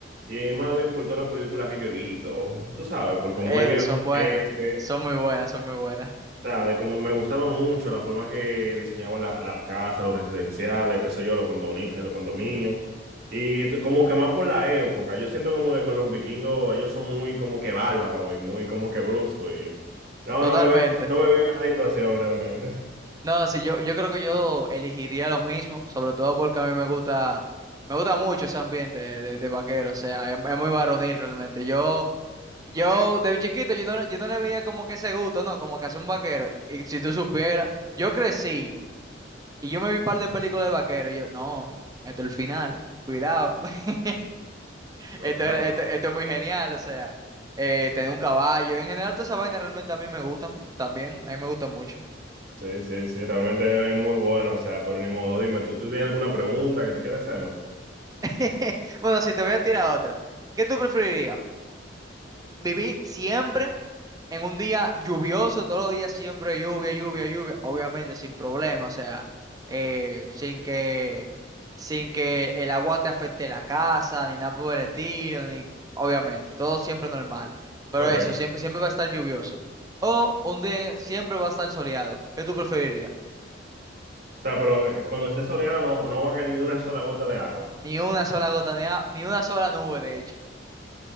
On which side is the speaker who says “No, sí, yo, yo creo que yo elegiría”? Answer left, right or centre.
Right